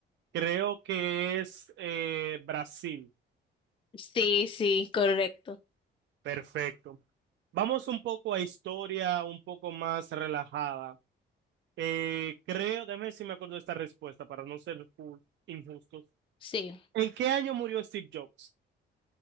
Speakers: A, on the right; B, on the left.
A: Creo que es eh, Brasil.
B: Sí, sí, correcto.
A: Perfecto. Vamos un poco a historia, un poco más relajada. Eh, creo, déjame ver si me acuerdo de esta respuesta para no ser ju- injustos.
B: Sí.
A: ¿En qué año murió Steve Jobs?